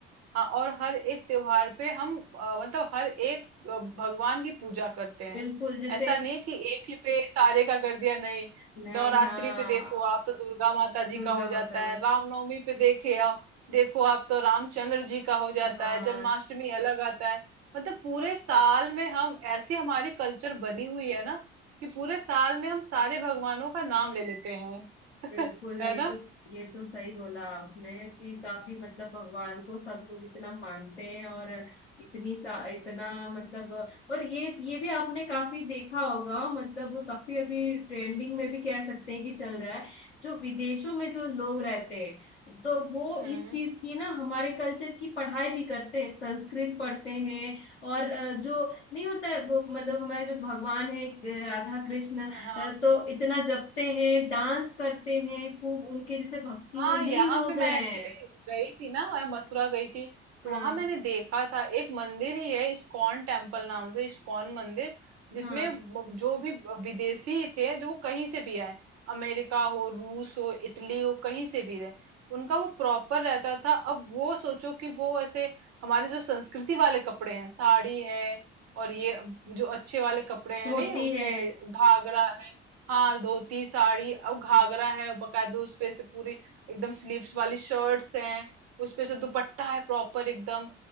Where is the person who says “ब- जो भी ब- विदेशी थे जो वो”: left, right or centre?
Right